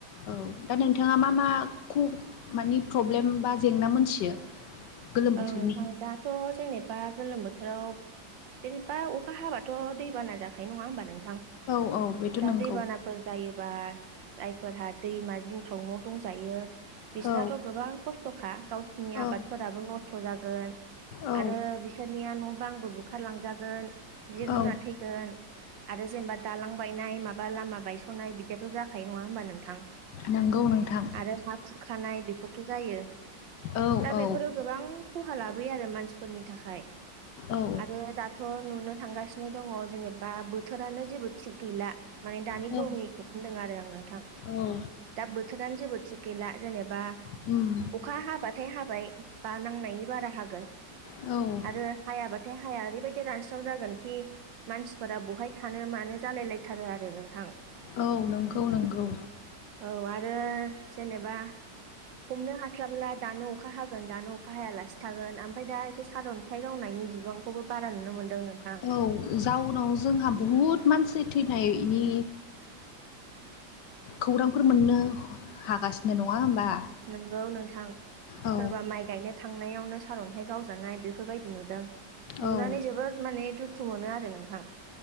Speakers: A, on the left; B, on the right.
A: औ दा नोंथाङा मा मा ख मानि प्रब्लेम बा जेंना मोनथियो। गोलोम
B: औ
A: बोथोरनि
B: नोंथां दाथ' जेनेबा गोलोम बोथोराव जेनेबा अखा हाबाथ' दैबाना जाखायो नङा होमबा नोंथां
A: औ औ बेथ'
B: दा
A: नंगौ
B: दै बाना फोर जायोबा जायफोरहा दैमा जिंफ्राव न' दंजायो बिस्राथ
A: औ
B: गोबां खस्थ'खा गावसिनि
A: औ
B: आबादफोराबो नस्थ' जागोन।
A: औ
B: आरो बिसोरनिया न'बांबो बुखारलांजागोन जिब
A: औ
B: जुनार थैगोन। आरो जेनेबा दालां बायनाय माबा लामा बायस'नाय बिदिथ' जाखायो नङा होनोमबा नों थां
A: नंगौ नोंथां
B: आरो हा खुरखानाय बेफोरथ' जायो।
A: औ
B: दा
A: औ
B: बेफोरो गोबां खहा लाबोयो आरो मानसिफोरनि थाखाय
A: औ
B: आरो ओ दाथ' नुनो थांगासिनो दङ जेनेबा बोथोरानो जेबो थिग गैला। माने दानि
A: औ
B: गरमनिखौ बुंदों आरो आं नोंथां
A: औ
B: दा बोथोरानो जेबो थिक गैला जेनेबा
A: होम।
B: अखा हाबाथाय हाबाय बा नांनायनि बारा हागोन।
A: औ।
B: आरो हायाबाथाय हाया ओरैबायदि रानस्राव जागोन कि मानसिफोरा बहाय थानो मानो जालाय लायथारो आरो नोंथां।
A: औ नोंगौ नोंगौ
B: औ आरो जेनेबा हमनो हास्लाबब्ला दानो अखा हागोन दानो अखा हायालासे खिथागोन ओमफ्राय दा एसे सारन्थाइ गावनायनि बिबांखौबो बारा नुनो मोनदों नोंथां
A: औ जाउनाव जोंहा बहुद मानसि थैनायनि खौरांफोर मोननो हागासिनो नङा होमबा
B: नंगौ नोंथां
A: औ
B: सोरबा माइ गायनो थांनायावनो सारन्थाइ गावजानाय बेफोर बेफोरबायदि नुदों नुनानै
A: औ
B: जोबोद माने दुखु मोनो आरो नोंथां